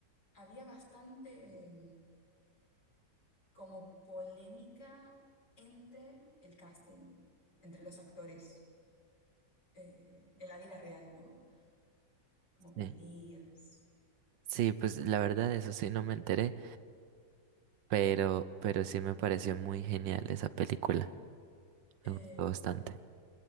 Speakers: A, on the left; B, on the right.
A: había bastante, eh, como polémica entre el casting, entre los actores eh, en la vida real, ¿no? Como peleas.
B: Sí. Sí, pues la verdad, eso sí no me enteré, pero, pero sí me pareció muy genial esa película.
A: Eh,
B: Me gustó bastante.